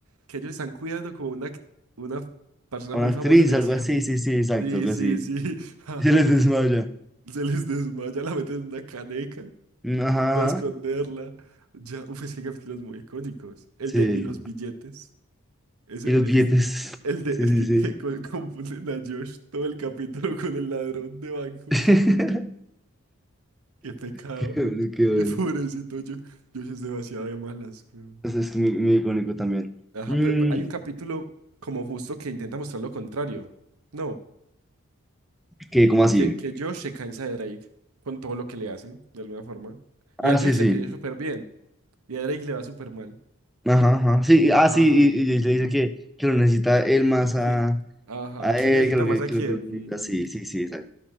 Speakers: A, on the right (about 85°); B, in the centre.
A: que ellos están cuidando como una, act- una persona
B: Una
A: muy
B: actriz,
A: famosa en el
B: algo
A: cine.
B: así, sí, sí, exacto,
A: Sí,
B: algo
A: sí,
B: así.
A: sí. <laughs>
B: Y se les desmaya.
A: <laughs> Se les desmaya, la meten en una caneca
B: Mm, Ajá,
A: para esconderla.
B: ajá,
A: Ya, uf, es que hay capítulos muy icónicos. El
B: sí.
A: de y los billetes. Ese,
B: Y los
A: ese
B: billetes,
A: es durísimo. El de
B: sí,
A: el
B: sí,
A: que,
B: sí.
A: que co- confunden a Josh todo el capítulo con el ladrón de bancos.
B: <laughs>
A: Qué pecado.
B: Qué bueno, qué bueno.
A: Qué pobrecito Josh. Josh es demasiado de malas, weón.
B: Entonces es muy, muy icónico también.
A: Ajá,
B: Mm,
A: pero pero hay un capítulo como justo que intenta mostrar lo contrario. No,
B: que, ¿cómo así?
A: que, que Josh se cansa de Drake con todo lo que le hace, de alguna forma.
B: Ah,
A: Y a
B: sí,
A: Josh
B: sí.
A: le empieza súper bien. Y a Drake le va súper mal.
B: Ajá, ajá. Sí, ah,
A: Ajá,
B: sí, y, y- y le dice que, que lo necesita él más a,
A: Sí. Ajá.
B: a
A: ¿Quién
B: él,
A: necesita
B: que lo que,
A: más a
B: que
A: quién?
B: lo que lo necesita.
A: Ujú.
B: Sí, sí, sí, exacto.